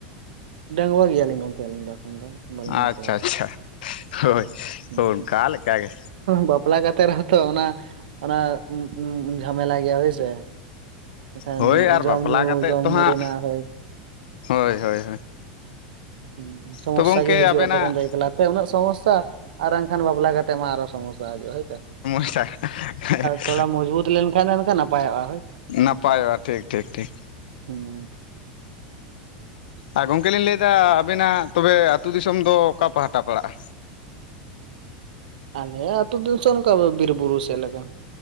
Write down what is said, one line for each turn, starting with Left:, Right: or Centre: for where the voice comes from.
Right: ᱰᱺᱝᱩᱣᱟᱹ ᱜᱮᱭᱟᱞᱤᱧ ᱜᱚᱢᱠᱮ ᱟᱹᱞᱤᱧ ᱮᱠᱷᱚᱱ ᱫᱚ᱾ ᱵᱟᱹᱞᱤᱧ ᱵᱟᱯᱞᱟ
Left: ᱟᱪᱪᱷᱟ ᱟᱪᱷᱟ ᱦᱳᱭ
Right: ᱟᱠᱟᱱᱟ
Left: ᱳᱝᱠᱟ ᱞᱮᱠᱟ ᱜᱮ᱾
Right: ᱵᱟᱯᱞᱟ ᱠᱟᱛᱮ ᱨᱮᱦᱚᱸ ᱛᱚ ᱚᱱᱟ ᱚᱱᱟ ᱩᱸᱜ ᱩᱸ ᱡᱷᱟᱢᱮᱞᱟ ᱜᱮᱭᱟ ᱦᱳᱭ ᱥᱮ? ᱮᱱᱠᱷᱟᱱ
Left: ᱦᱳᱭ ᱟᱨ
Right: ᱡᱚᱢ
Left: ᱵᱟᱯᱞᱟ
Right: ᱧᱩ
Left: ᱠᱟᱛᱮᱫ
Right: ᱡᱚᱢ
Left: ᱛᱚ
Right: ᱧᱩ
Left: ᱦᱟᱸᱜ
Right: ᱨᱮᱱᱟᱜ ᱦᱚᱭ
Left: ᱦᱳᱭ ᱦᱳᱭ
Right: ᱦᱸ ᱥᱚᱢᱚᱥᱥᱟ
Left: ᱛᱚ ᱜᱚᱝᱠᱮ
Right: ᱜᱮ ᱦᱤᱡᱩᱜᱼᱟ
Left: ᱟᱵᱮᱱᱟᱜ
Right: ᱛᱚᱠᱷᱚᱱ ᱫᱚ ᱮᱠᱞᱟ ᱛᱮ ᱩᱱᱟᱹᱜ ᱥᱚᱢᱚᱥᱥᱟ ᱟᱨ ᱮᱱᱠᱷᱟᱱ ᱵᱟᱯᱞᱟ ᱠᱟᱛᱮᱫ ᱢᱟ ᱟᱨᱚ ᱥᱚᱢᱚᱥᱥᱟ ᱦᱤᱡᱩᱜ-ᱟ ᱦᱳᱭ ᱥᱮ?
Left: ᱟᱪᱷᱟ <unintelligible>
Right: ᱛᱷᱚᱲᱟ ᱢᱡᱽᱵᱩᱛ ᱞᱮᱱᱠᱷᱟᱱ ᱫᱚ ᱮᱠᱷᱟᱱ ᱱᱟᱯᱟᱭᱚᱜᱼᱟ ᱦᱳ᱾
Left: ᱱᱟᱯᱟᱭᱚᱜᱼᱟ ᱴᱷᱤᱠ ᱴᱷᱤᱠ ᱴᱷᱤᱠ
Right: ᱦᱩᱸ᱾
Left: ᱟᱨ ᱜᱚᱢᱠᱮ ᱞᱤᱧ ᱞᱟᱹᱭᱮᱫᱟ ᱟᱵᱮᱱᱟᱜ ᱛᱚᱵᱮ ᱟᱹᱛᱩ ᱫᱤᱥᱚᱢ ᱫᱚ ᱚᱠᱟ ᱯᱟᱦᱴᱟ ᱯᱟᱲᱟᱜᱼᱟ?
Right: ᱟᱞᱮ ᱟᱹᱛᱩ ᱫᱚ ᱥᱮᱱ ᱚᱱᱠᱟ ᱵᱤᱨ ᱵᱩᱨᱩ ᱥᱮᱫ ᱞᱮᱠᱟ᱾